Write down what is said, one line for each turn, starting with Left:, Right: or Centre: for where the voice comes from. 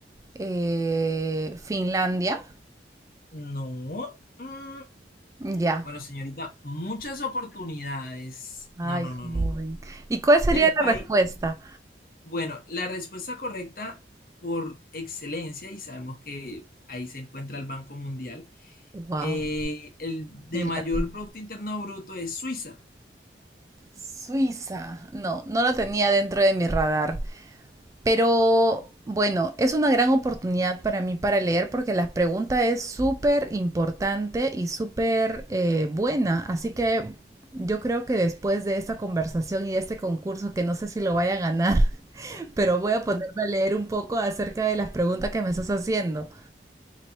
Right: eh, Finlandia.
Left: No. mm,
Right: Ya.
Left: Bueno, señorita, muchas oportunidades.
Right: Ay,
Left: No, no, no, no.
Right: joven. ¿Y cuál sería
Left: El
Right: la
Left: país,
Right: respuesta?
Left: Bueno, la respuesta correcta por excelencia, y sabemos que ahí se encuentra el Banco Mundial,
Right: Wow.
Left: eh, el de
Right: Inglaterra.
Left: mayor Producto Interno Bruto es Suiza.
Right: Suiza. No, no lo tenía dentro de mi radar. Pero bueno, es una gran oportunidad para mí para leer porque la pregunta es súper importante y súper eh, buena. Así que yo creo que después de esta conversación y de este concurso, que no sé si lo vaya a ganar, <laughs> pero voy a ponerme a leer un poco acerca de las preguntas que me estás haciendo.